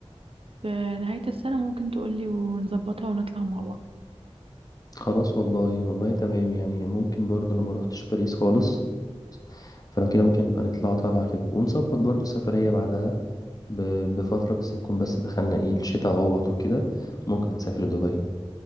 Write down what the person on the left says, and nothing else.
خلاص والله والله تمام يعني ممكن برضه أنا ما روحتش باريس خالص فلو كده ممكن نبقى نطلع طالعة كده ونظبط برضه سفرية بعدها ب- بفترة بس نكون بس دخلنا ايه الشتاء غوط وكده ممكن نسافر دبي